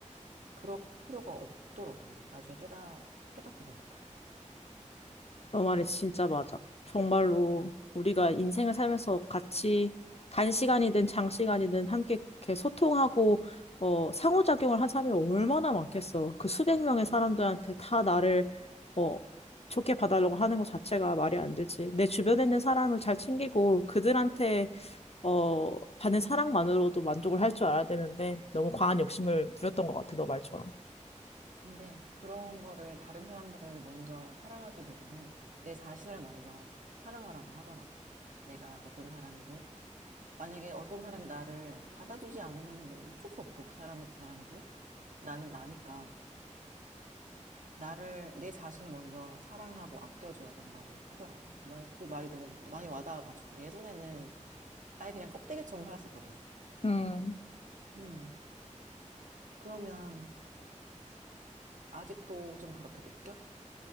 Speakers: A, on the right; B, on the left.
A: 그럴 필요가 없더라고요. 나중에 깨닫, 깨닫고 보니까.
B: 너 말이 진짜 맞아. 정말로
A: 음.
B: 우리가 인생을 살면서 같이 단시간이든 장시간이든 함께 이렇게 소통하고 어, 상호작용을 한 사람이 얼마나 많겠어. 그 수백 명의
A: 음.
B: 사람들한테 다 나를 어, 좋게 봐달라고 하는 것 자체가 말이 안 되지. 내 주변에 있는 사람을 잘 챙기고 그들한테 어, 받는 사랑만으로도 만족을 할 줄 알아야 되는데 너무 과한 욕심을 부렸던 것 같아, 너 말처럼.
A: 근데 그런 거를 다른 사람들을 먼저 사랑하기보다는 내 자신을 먼저 사랑하라고 하더라고요. 내가 어떤 사람이고 만약에 어떤 사람이 나를 받아주지 않으면 뭐 어쩔 수 없고 그 사람은 그 사람이고 나는 나니까 나를 내 자신을 먼저 사랑하고 아껴줘야 된다고 하더라고. 나는 그 말이 너무 많이 와닿아가지고 예전에는 아예 그냥 껍데기처럼 살았었거든.
B: 음,
A: 음. 그러면 아직도 좀 그렇게 느껴?